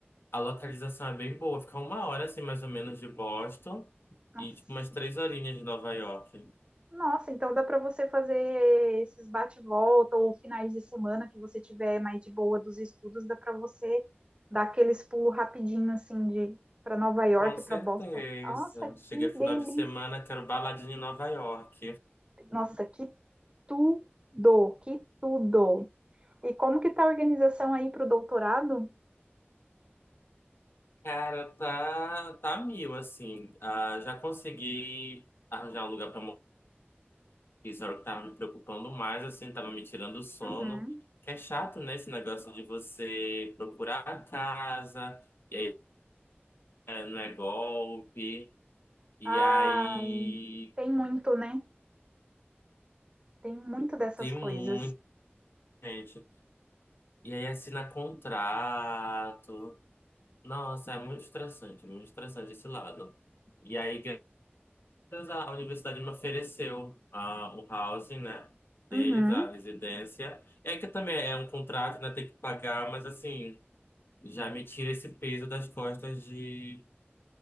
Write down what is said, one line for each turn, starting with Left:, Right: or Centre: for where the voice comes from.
Left: A localização é bem boa, fica uma hora assim mais ou menos de Boston
Right: Nossa.
Left: e tipo umas três horinhas de Nova York.
Right: Nossa, então dá para você fazer esses bate-volta ou finais de semana que você tiver mais de boa dos estudos, dá para você dar aqueles pulos rapidinho assim de para Nova York,
Left: Com certeza.
Right: para Boston. Nossa,
Left: Cheguei
Right: que
Left: final
Right: delícia!
Left: de semana, quero baladinha em Nova York.
Right: Nossa, que tudo, que tudo. E como que tá a organização aí para o doutorado?
Left: <laughs> Cara, tá, tá mil, assim. Ah, já consegui arranjar um lugar pra morar. Isso era o que tava me preocupando mais, assim, tava me tirando o sono.
Right: Uhum.
Left: Que é chato, né, esse negócio de você procurar a casa, e aí eh, não é golpe. E
Right: Ai,
Left: aí
Right: tem muito, né? Tem muito dessas
Left: Tem
Right: coisas.
Left: muita gente. E aí assina contrato. Nossa, é muito estressante, muito estressante esse lado. E aí, graças à a universidade me ofereceu ah, o housing, né? Deles,
Right: Uhum.
Left: a residência. É que também é um contrato, né? Tem que pagar, mas assim, já me tira esse peso das costas de,